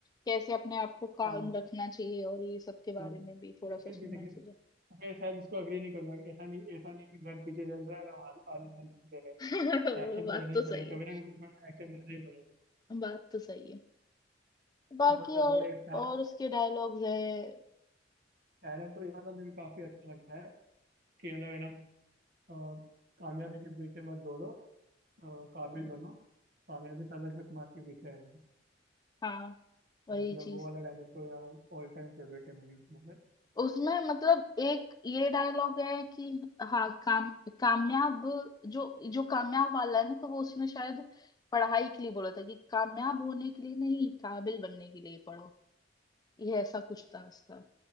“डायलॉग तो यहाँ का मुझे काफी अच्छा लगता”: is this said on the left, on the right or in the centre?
Right